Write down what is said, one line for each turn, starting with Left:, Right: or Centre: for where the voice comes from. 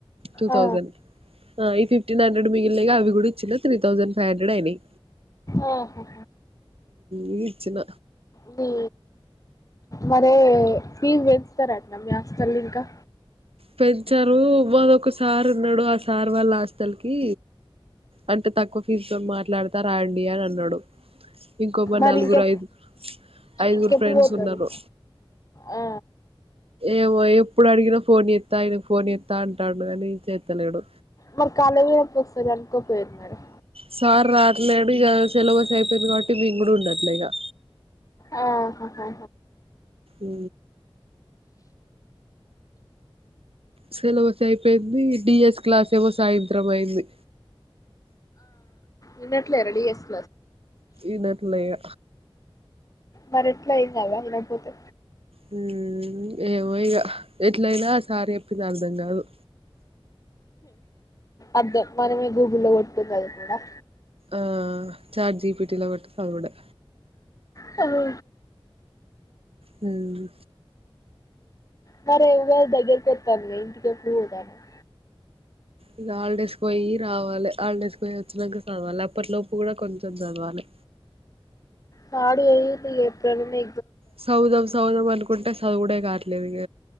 Right: టూ
Left: ఆ
Right: థౌసండ్ ఆ ఈ ఫిఫ్టీన్ హండ్రెడ్ మిగిలినయి ఇగ అవి కూడా ఇచ్చిన త్రీ థౌసండ్ హండ్రెడ్ అయినయ్
Left: ఓ హ
Right: ఉ ఇచ్చిన
Left: వి మరే ఫీజు పెంచుతారటన మీ హస్టల్ ల ఇంకా
Right: పెంచరు మాకొక సార్ ఉన్నాడు ఆ సార్ వాళ్ళ హాస్టల్కి అంత తక్కువ ఫీజుతో మాట్లాడత రండి అని అన్నాడు ఇంకో మా
Left: మరి
Right: నలుగురు
Left: ఇంకె
Right: ఐదుగు ఐదుగురు
Left: ఇంకెప్పుడు
Right: ఫ్రెండ్స్
Left: పోతారు
Right: ఉన్నారు
Left: ఆ
Right: ఏమో ఇప్పుడు అడిగిన ఫోన్ చే ఆయన ఫోన్ చేత్తా అంటాడు గని చేత్తలేడు
Left: మరి కాలెజ్ ల వస్తదని కనుకోపోయారు మేడం
Right: సార్ రావట్లే ఇప్పుడు ఇగా సిలబస్ అయిపోయింది కాబట్టి మేం కూడా ఉండట్లే ఇగా
Left: ఆహాహహా
Right: ఉ సిలబస్ అయిపోయింది డిఎస్ క్లాస్ ఏమో సాయంత్రం అయింది
Left: వినట్లేరా డి ఎస్
Right: ఇనట్లే ఇగ
Left: మరి ఎట్లా ఏం కాదా వినకపోతే
Right: మ్ ఏమో ఇగ ఎట్లయినా సార్ చెప్పింది అర్థం కాదు
Left: అర్థం మనమే గూగుల్లో కొట్టుకొని చదువుకుందాం
Right: ఆ చాట్ జీపిటీలో కొట్టి చదువుతూండే
Left: హలో
Right: మ్
Left: సరే ఇగ దగ్గరికాస్తంది ఇంటికి ఎప్పుడు పోతానవ్
Right: ఇక హాలిడేస్ కి పోయి రావాలి హాలిడేస్ కి పోయి వచ్చినంక చదవాలి అప్పటిలోపు కూడా కొంచెం చదవాలి
Left: థర్డ్ ఏ యి త్రి ఏప్రిల్ మే
Right: సదువుదాం సదువుదం అనుకుంటే సదువుడే కావట్లేదు ఇగ